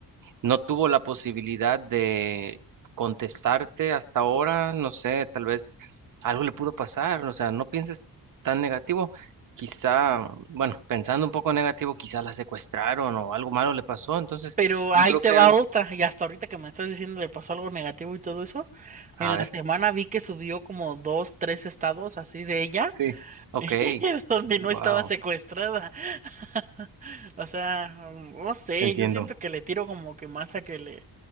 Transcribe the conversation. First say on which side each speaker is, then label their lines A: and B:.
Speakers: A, on the right; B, on the right.
A: no tuvo la posibilidad de contestarte hasta ahora. No sé, tal vez algo le pudo pasar. O sea, no pienses tan negativo. Quizá, bueno, pensando un poco negativo, quizá la secuestraron o algo malo le pasó. Entonces,
B: Pero
A: yo
B: ahí
A: creo
B: te
A: que...
B: va
A: han-
B: otra, y hasta ahorita que me estás diciendo le pasó algo negativo y todo eso,
A: A
B: en
A: ver.
B: la semana vi que subió como dos, tres estados así de ella,
A: Sí, Ok,
B: <laughs> donde
A: wow,
B: no estaba secuestrada. <laughs> O sea, no sé,
A: entiendo.
B: yo siento que le tiro como que más a que le